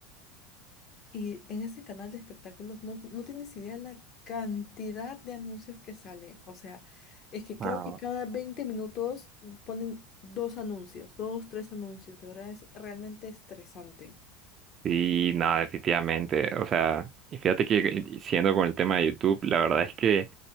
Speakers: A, on the left; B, on the right.
A: y en ese canal de espectáculos no, no tienes idea la cantidad de anuncios que salen. O sea, es que creo
B: Ah,
A: que cada 20 minutos ponen dos anuncios, dos, tres anuncios. De verdad es realmente estresante.
B: sí, no, definitivamente. O sea, y fíjate que eh, siendo con el tema de YouTube, la verdad es que